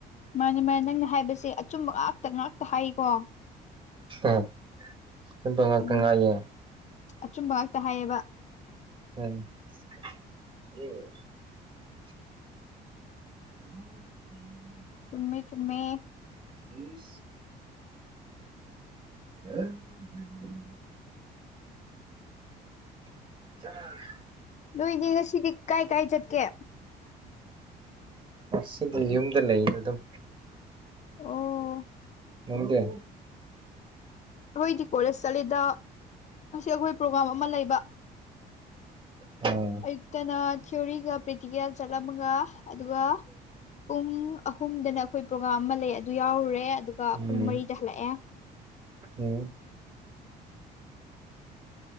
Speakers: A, on the left (about 45°); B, on the right (about 30°).
A: ꯃꯥꯅꯤ ꯃꯥ ꯅꯪꯅ ꯍꯥꯏꯕꯁꯦ ꯑꯆꯨꯝꯕ ꯉꯥꯛꯇ ꯉꯥꯛꯇ ꯍꯥꯏꯀꯣ
B: ꯑ ꯆꯄ ꯉꯥꯛꯇꯪ
A: ꯎꯝ
B: ꯉꯥꯏꯌꯦ
A: ꯑꯆꯨꯝꯕ ꯉꯥꯛꯇ ꯍꯥꯏꯌꯦꯕ
B: <unintelligible> ꯑꯣ ꯎꯝ
A: ꯇꯃꯤ ꯇꯃꯤ
B: <unintelligible> <unintelligible> <unintelligible>
A: ꯅꯣꯏꯅꯦ ꯉꯁꯤꯗꯤ ꯀꯥꯏ ꯀꯥꯏ ꯆꯠꯀꯦ
B: ꯃꯁꯤꯗꯤ ꯌꯨꯝꯗ ꯂꯩꯌꯦꯅ ꯑꯗꯨꯝ
A: ꯑꯣ
B: ꯅꯝ ꯀꯦ
A: ꯑꯩꯈꯣꯏꯗꯤ ꯀꯣꯂꯦꯖ ꯆꯠꯂꯤꯗ ꯑꯁꯤ ꯑꯩꯈꯣꯏ ꯄ꯭ꯔꯣꯒꯥ꯭ꯔꯥꯝ ꯑꯃ ꯂꯩꯕ
B: ꯎꯝ
A: ꯑꯌꯨꯛꯇꯅ ꯊꯤꯑꯣꯣꯔꯤꯒ ꯄ꯭ꯔꯦꯛꯇꯤꯀꯦꯜ ꯆꯠꯂꯝꯃꯒ ꯑꯗꯨꯒ ꯄꯨꯡ ꯑꯍꯨꯝꯗꯅ ꯑꯩꯈꯣꯏ ꯄ꯭ꯔꯣꯒꯥꯝ ꯑꯃ ꯂꯩ ꯑꯗꯨ ꯌꯥꯎꯔꯨꯔꯦ ꯑꯗꯨꯒ
B: ꯎꯝ
A: ꯄꯨꯡ ꯃꯔꯤꯗ ꯍꯜꯂꯛꯑꯦ
B: ꯎꯝ